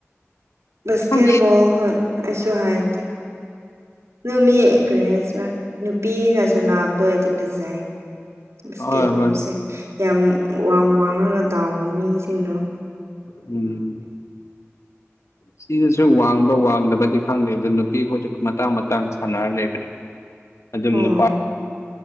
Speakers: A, on the right; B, on the left.
A: ꯕꯥꯁꯀꯦꯠꯕꯣꯜ
B: ꯑꯁ
A: ꯍꯣꯏ ꯑꯩꯁꯨ ꯍꯥꯢꯇꯦ ꯗꯣ ꯃꯤ ꯀꯔꯤ ꯍꯥꯢꯁꯤꯔꯥ ꯅꯨꯄꯤꯅ ꯁꯥꯅꯕꯗꯣ ꯑꯩꯗꯤ ꯐꯖꯩ <inaudible> ꯕꯁꯀꯦꯠ
B: ꯍꯣꯏ
A: ꯕꯣꯜꯁꯦ
B: ꯍꯣꯏ
A: ꯌꯥꯝ ꯋꯥꯡ ꯋꯥꯡꯔꯒ ꯇꯥꯎꯕ ꯃꯤꯁꯤꯡꯗꯣ
B: ꯎꯝ
A: <inaudible>
B: ꯁꯤꯗꯁꯨ ꯋꯥꯡꯕ ꯋꯥꯡꯗꯕꯗꯤ ꯈꯪꯗꯦ ꯑꯗꯨ ꯅꯨꯄꯤꯈꯣꯏꯁꯨ ꯃꯇꯥꯡ ꯃꯇꯥꯡ ꯁꯥꯟꯅꯔ ꯂꯩꯕꯅꯦ
A: <inaudible>
B: ꯑꯗꯨꯝ
A: ꯑꯣ
B: ꯅꯨꯄꯥ